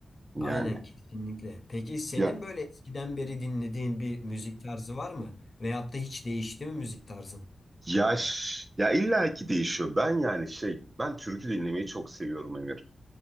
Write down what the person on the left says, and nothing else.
Aynen kesinlikle. Peki senin
böyle eskiden beri dinlediğin bir müzik tarzı var mı? Veyahut da hiç değişti mi müzik tarzın?